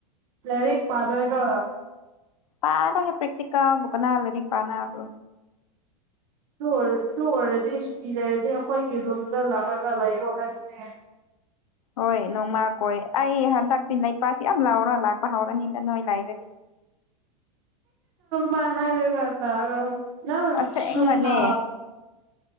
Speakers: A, on the right; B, on the left.
A: ꯂꯔꯤꯛ ꯄꯥꯗꯣꯏꯔꯣ
B: ꯄꯥꯔ ꯄ꯭ꯔꯦꯛꯇꯤꯥ ꯅꯥ ꯂꯩꯅꯤ ꯄꯥꯅꯕ꯭ꯔꯣ
A: ꯑꯗꯨ ꯑꯣꯏ ꯑꯗꯨ ꯑꯣꯏꯔꯗꯤ ꯁꯨꯇꯤ ꯂꯩꯔꯗꯤ ꯑꯩꯈꯣꯏꯒꯤ ꯔꯨꯝꯗ ꯂꯥꯛꯑꯒ ꯂꯩꯔꯣ ꯍꯥꯏꯕꯅꯦ
B: ꯍꯣꯏ ꯅꯣꯡꯃꯥ ꯀꯣꯏ ꯑꯩ ꯍꯟꯗꯛꯇꯤ ꯅꯄꯥꯁꯤ ꯌꯥꯝ ꯂꯥꯎꯔ ꯂꯥꯛꯄ ꯍꯧꯔꯅꯤꯗ ꯅꯣꯏ ꯂꯥꯏꯔꯗꯤ
A: ꯃ ꯍꯥꯏꯔꯒ <unintelligible> ꯅꯪ
B: ꯑꯁꯦꯡꯕꯅꯦ
A: ꯁꯟ ꯑꯥꯎ